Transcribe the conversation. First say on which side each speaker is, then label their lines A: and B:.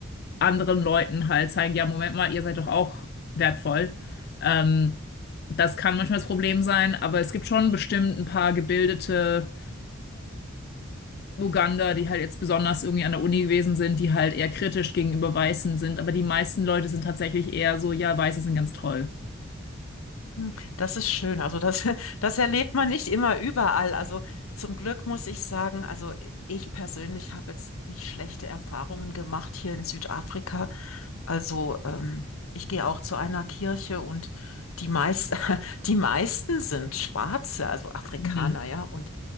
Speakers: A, on the left; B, on the left.
A: anderen Leuten halt zeigen, ja, Moment mal, ihr seid doch auch wertvoll. Ähm, das kann manchmal das Problem sein, aber es gibt schon bestimmt ein paar gebildete Uganda, die halt jetzt besonders irgendwie an der Uni gewesen sind, die halt eher kritisch gegenüber Weißen sind. Aber die meisten Leute sind tatsächlich eher so, ja, Weiße sind ganz toll.
B: Hm, Das ist schön. Also das, <laughs> das erlebt man nicht immer überall. Also zum Glück muss ich sagen, also ich persönlich habe jetzt nicht schlechte Erfahrungen gemacht hier in Südafrika. Also ähm, ich gehe auch zu einer Kirche und die meist, <laughs> die meisten sind Schwarze, also Afrikaner,
A: Mhm.
B: ja. Und